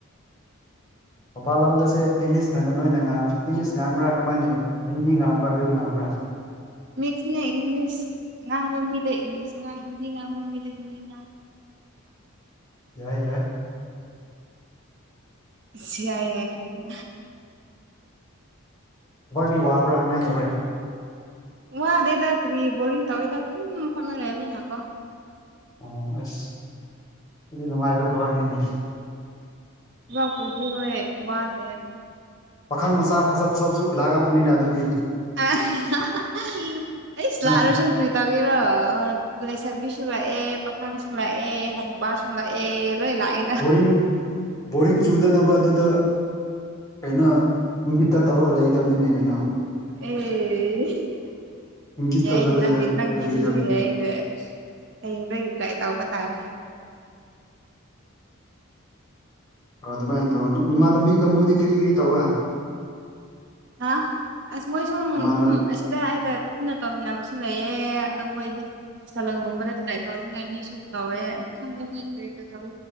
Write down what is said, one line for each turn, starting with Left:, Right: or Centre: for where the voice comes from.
Left: ꯃꯄꯥꯟ ꯂꯝꯗꯁꯦ ꯏꯪꯂꯤꯁꯇ ꯅꯣꯏꯅ ꯏꯪꯂꯤꯁ ꯉꯥꯡꯕ꯭ꯔꯥ ꯀꯃꯥꯏꯅ ꯍꯤꯟꯗꯤ ꯉꯥꯡꯕ꯭ꯔꯥ ꯀꯔꯤ ꯉꯥꯡꯕ꯭ꯔꯥ
Right: ꯃꯤꯁꯅꯦ ꯏꯪꯂꯤꯁ ꯉꯥꯡꯕ ꯃꯤꯗ ꯏꯪꯂꯤꯁ ꯉꯥꯡ ꯍꯤꯟꯗꯤ ꯉꯥꯡꯕ ꯃꯤꯗ ꯍꯤꯟꯗꯤ ꯉꯥꯡ
Left: ꯌꯥꯏ ꯌꯥꯏ
Right: ꯁꯤ ꯌꯥꯏ ꯌꯥꯏ ꯀꯥꯢꯅ
Left: ꯋꯥꯗꯤ ꯋꯥꯕ꯭ꯔꯥ ꯀꯃꯥꯏꯟ ꯇꯧꯔꯦ
Right: ꯋꯥꯗꯦꯗ ꯀ꯭ꯔꯤ ꯕꯣꯔꯤꯡ ꯇꯧꯔꯒ ꯐꯃ ꯐꯃ ꯂꯩꯕꯅꯤꯅꯒꯣ
Left: ꯑꯣ ꯑꯁ ꯑꯗꯨꯗꯤ ꯅꯨꯡꯉꯥꯏꯕ ꯊꯕꯛꯅꯤꯅꯦ
Right: ꯋꯥꯄꯨꯗꯤ ꯍꯣꯢ ꯋꯥꯗꯦ
Left: ꯄꯥꯈꯪ ꯃꯆꯥ ꯐꯖꯕ ꯐꯖꯕꯁꯨ ꯂꯥꯛꯂꯝꯒꯅꯤꯅ ꯑꯗꯨꯗꯤ
Right: <unintelligible> ꯑꯦ ꯏꯁ ꯂꯥꯛꯔꯁꯨ
Left: ꯑ
Right: ꯀꯔꯤ ꯇꯧꯒꯦꯔꯣ ꯂꯩꯁꯥꯕꯤꯁꯨ ꯂꯥꯛꯑꯦ ꯄꯥꯈꯥꯡꯁꯨ ꯂꯥꯛꯑꯦ ꯍꯅꯨꯕꯥꯁꯨ ꯂꯥꯛꯑꯦ ꯂꯣꯏ ꯂꯥꯛꯑꯦ
Left: ꯕꯣꯔꯤꯡ ꯕꯣꯔꯤꯡ ꯆꯨꯗꯅꯕ ꯑꯗꯨꯗ ꯀꯩꯅꯣ ꯏꯪꯒꯤꯠꯇ ꯇꯧꯔꯒ ꯂꯩꯗꯕꯅꯤꯅꯦ ꯀꯩꯅꯣ
Right: ꯑꯦ
Left: ꯏꯪꯒꯤꯠ
Right: ꯌꯥꯏꯅꯦ
Left: ꯇꯧꯁꯤꯜꯂꯒ
Right: ꯅꯪ ꯅꯪꯒꯤꯁꯤꯁꯨ
Left: ꯂꯩꯒꯗꯕꯅꯤ
Right: ꯌꯥꯏꯅꯦ ꯍꯌꯦꯡꯗꯒꯤ ꯇ꯭ꯔꯥꯢ ꯇꯥꯎꯕ ꯇꯥꯥꯔꯦ
Left: ꯑꯣ ꯑꯗꯨꯃꯥꯏꯅ ꯇꯧ ꯏꯃꯥꯅ ꯃꯤ ꯀꯥꯡꯕꯨꯗꯤ ꯀꯔꯤ ꯀꯔꯤ ꯇꯧꯋꯦ
Right: ꯍꯥ ꯑꯁ ꯃꯣꯏꯁꯨ
Left: ꯅꯃꯥꯟꯅ
Right: ꯇꯨꯝ ꯑꯁꯤꯗ ꯑꯩꯒ ꯄꯨꯟꯅ ꯇꯧꯃꯤꯟꯅꯕꯁꯨ ꯂꯩꯌꯦ ꯑꯗꯨ ꯃꯣꯏꯗꯤ ꯁꯂꯣꯟꯒꯨꯝꯕꯗꯥ ꯇꯧꯅꯤꯡꯉꯥꯏ ꯃꯤꯁꯨ ꯇꯧꯋꯦ ꯈꯪꯗꯦ ꯃꯣꯢ ꯀ꯭ꯔꯤ ꯀ꯭ꯔꯤ ꯇꯧ